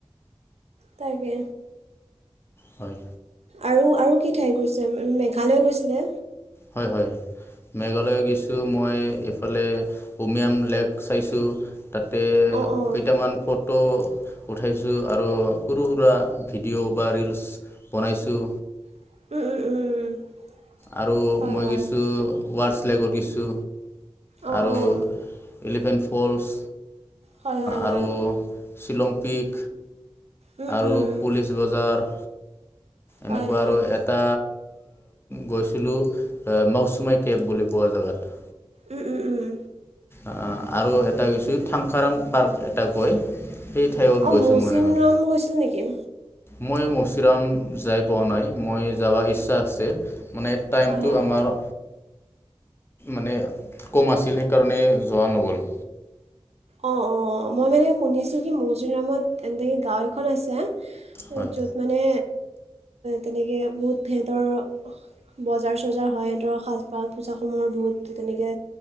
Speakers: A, on the right; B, on the left.
A: তাকে
B: হয়
A: আৰু আৰু কি ঠাইত গৈছে মেঘালয় গৈছিলে
B: হয় হয় মেঘালয় গৈছো মই এইফালে উমিয়াম লেক চাইছো তাতে
A: অঁ অঁ
B: কেইটামান ফ'ট
A: <unintelligible>
B: উঠাইছো আৰু সৰু সুৰা ভিডিঅ' বা ৰিলচ বনাইছোঁ
A: উম উম উম উম
B: আৰু
A: হয়
B: মই
A: হয়
B: কিছু ৱাৰছ লেগত কিছু
A: অঁ
B: আৰু
A: অঁ
B: এলিফেণ্ট ফলছ
A: হয় হয় হয়
B: আৰু শ্বিলং পিক
A: উম,
B: আৰু
A: উম।
B: পুলিচ বজাৰ
A: হয়
B: এনেকুৱা
A: হয়
B: আৰু এটা গৈছিলো এ মৌচুমাই কেব বুলি কোৱা জেগাত
A: উম উম উম
B: আহ আৰু এটা কিছু থাংখাৰাং পাৰ্ক এটা কয় সেই ঠাইত
A: অঁ
B: গৈছোঁ
A: মৌচিন
B: মানে মই
A: ৰম গৈছিল নেকি
B: মই মচিৰাম যাই পোৱা নাই মই যাব ইচ্ছা আছে মানে টাইমটো
A: হয় হয়
B: আমাৰ মানে কম আছিল সেইকাৰণে যোৱা নগ'ল
A: অঁ অঁ মই মানে শুনিছোঁ কি মৌচুৰ নামত এনেকৈ গাঁও এখন আছে
B: হয়
A: য'ত মানে তেনেকে বহুত তেহেতৰ বজাৰ চজাৰ হয় সিহঁতৰক সাজপাক পোছাক সমূহৰ বহুত তেনেকে